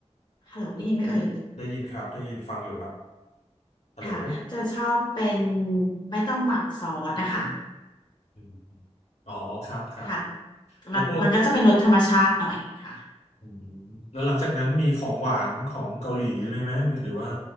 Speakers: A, on the left; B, on the left.
A: ฮัลโหลได้ยินไหมเอ่ย
B: ได้ยินครับได้ยินฟังอยู่ครับฮัลโหล
A: ค่ะจะชอบเป็นไม่ต้องหมักซอสนะคะ
B: อมอ๋อครับครับ
A: ค่ะ
B: แล้วพวก
A: มันมันก็จะเป็นรสธรรมชาติหน่อยค่ะ
B: อืมแล้วหลังจากนั้นมีของหวานของเกาหลีเลยไหมหรือว่า